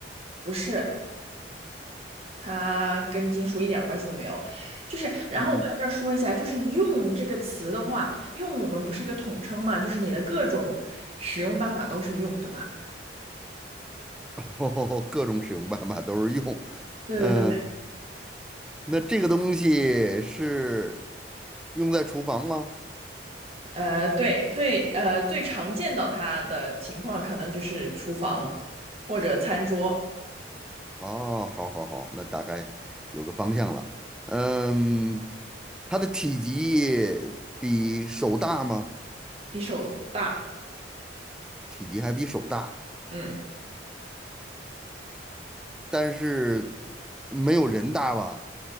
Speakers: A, on the right (about 35°); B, in the centre.
A: 不是，它跟金属一点儿关系都没有。就是，然后我还是要说一下，
B: 嗯，
A: 就是“用”这个词的话，“用”我们不是一个统称嘛，就是你的各种使用办法都是“用”，对吧？
B: <laughs> 哦各种使用办法都是用。
A: 对对对，
B: 嗯，那这个东西是用在厨房吗？
A: 呃，对，最呃最常见到它的情况，可能就是厨房或者餐桌，
B: 哦，好好好，那大概有个方向了。嗯，它的体积比手大吗？
A: 比手大。
B: 体积还比手大，
A: 嗯。
B: 但是没有人大吧